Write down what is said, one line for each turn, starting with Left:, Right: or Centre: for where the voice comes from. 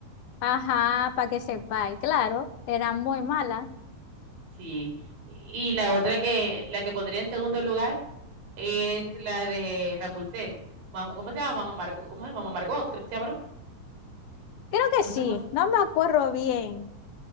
Left: Ajá, para que sepáis, claro, era muy mala.
Right: Sí. Y la otra que, la que pondría en segundo lugar es la de Rapunzel. Mam- ¿Cómo se llama? Mamá Margot, ¿cómo es? Mamá Margot, creo que se llama, ¿no?
Left: Creo que
Right: No
Left: sí,
Right: sé cómo se-
Left: no me acuerdo bien.